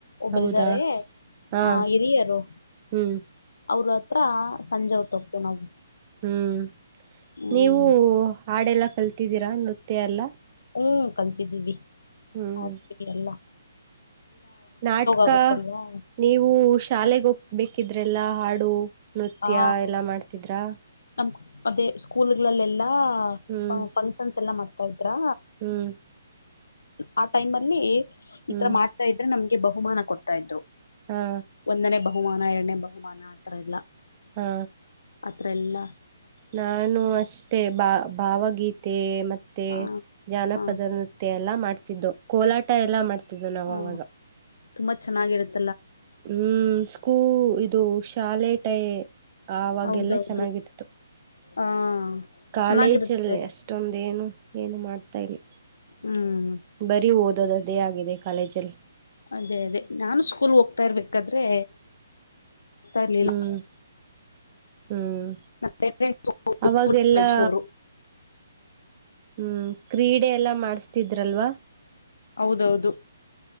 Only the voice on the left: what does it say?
ಒಬ್ಬರಾರೆ
ಆ ಹಿರಿಯರು
ಅವರು ಹತ್ರ ಸಂಜೆ ಹೊತ ಹೋಗ್ತೇವಿ ನಾವು
ಹ್ಮ್
ಹ್ಮ್ ಕಲ್ತಿದ್ದೀವಿ
<unintelligible> ಎಲ್ಲ
ಆಗುತ್ತಲ್ವಾ
ಆ
ನಮ್ ಅದೇ ಸ್ಕೂಲ್ಗಳಲ್ಲೆಲ್ಲಾ
ಹ ಫಂಕ್ಷನ್ಸ್ ಎಲ್ಲ ಮಾಡ್ತಾರೆ ಥೈ ತ್ರಾ
ಆ ಟೈಮ್ ಅಲ್ಲಿ ಈ
ತರ ಮಾಡ್ತಾ ಇದ್ರೆ ನಮ ಬಹುಮಾನ ಕೊಡ್ತಾ ಇದ್ರು
ಒಂದನೇ ಬ ಬಹುಮಾನ ಎರಡನೇ ಬಹುಮಾನ ಆತ್ರರ ಎಲ್ಲ
ಆಥರ ಎಲ್ಲ
ಆ
ಹಾ
ಹಾ
ತುಂಬಾ ಚೆನ್ನಾಗಿರುತ್ತೆ
ಹೌದೌದು
ಹಾ
ಚೆನ್ನಾಗಿರುತ್ತೆ
ಹ್ಮ್
ಅದೇ ಅದೇ ನಾನು ಸ್ಕೂಲ್ ಹೋಗ್ತಾ ಇರ್ಬೇಕಾದ್ರೆ ಹೋಗ್ತಾ ಇರ್ಲಿಲ್ಲ.
ನಮ್ ಪೇರೆಂಟ್ಸ್
ಕಳ್ಸೋರು
ಹೌದೌದು